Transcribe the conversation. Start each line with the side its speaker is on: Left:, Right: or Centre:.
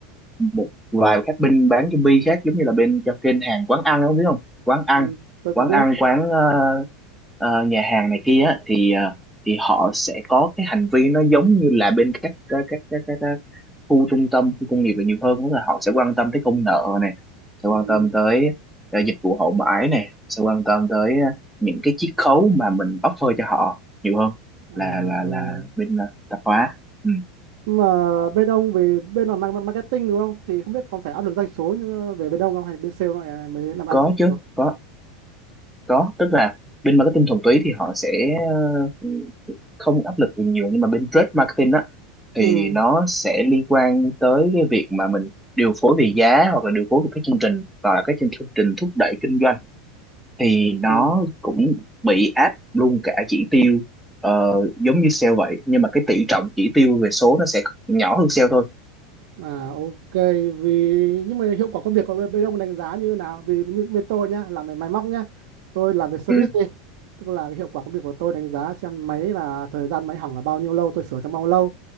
Centre: một vài các bên bán zombie khác giống như là bên cho kênh hàng quán ăn không biết không quán ăn
Right: ừ, tôi
Centre: quán
Right: có biết
Centre: ăn quán ờ, ờ, nhà hàng này kia á, thì ờ, thì họ sẽ có cái hành vi nó giống như là bên các các các các, các, các khu trung tâm khu công nghiệp là nhiều hơn tức là họ sẽ quan tâm tới công nợ này sẽ
Right: ừ.
Centre: quan tâm tới ờ, dịch vụ hậu mãi này sẽ quan tâm tới ờ, những cái chiết khấu mà mình offer cho họ nhiều hơn
Right: à
Centre: là là
Right: ừ.
Centre: là bên ờ, tạp hóa ừ.
Right: mà bên ông về bên là mang- marketing đúng không thì không biết còn phải áp lực doanh số như về bên ông không hay bên sale lại mới làm áp
Centre: có
Right: lực doanh
Centre: chứ
Right: số
Centre: có có tức là bên marketing thuần túy thì họ sẽ ờ, không áp lực về nhiều nhưng mà bên trade marketing á thì
Right: ừ
Centre: nó sẽ liên quan tới cái việc mà mình điều phối về giá hoặc là điều phối về các chương trình hoặc là các chương chương trình thúc đẩy kinh doanh thì nó
Right: ừ
Centre: cũng bị áp luôn cả chỉ tiêu ờ, giống như sale vậy nhưng mà cái tỷ trọng chỉ tiêu về số nó sẽ nhỏ hơn sale thôi
Right: à ok vì nhưng mà hiệu quả công việc của bên bên ông đánh giá như thế nào vì như bên tôi nhá làm về máy móc nhá tôi làm về service
Centre: ừ,
Right: đi tức là cái hiệu quả công việc của tôi đánh giá xem máy là thời gian máy hỏng là bao nhiêu lâu tôi sửa trong bao lâu